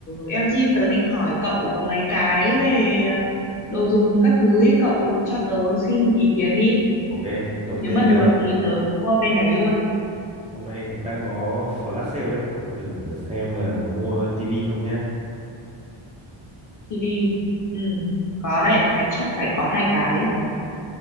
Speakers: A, on the left (about 40°); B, on the right (about 15°).
A: LG, tớ định hỏi cậu mấy cái về ờ, đồ dùng các thứ ý, cậu cho tớ xin ý kiến đi,
B: Ok, đầu tiên
A: nếu mà được
B: là
A: thì tớ mua bên đấy
B: hôm nay cũng đang có flash sale đấy, cậu thử xem là có mua tivi không nhá.
A: TV ừ có đấy phải chắc phải có hai cái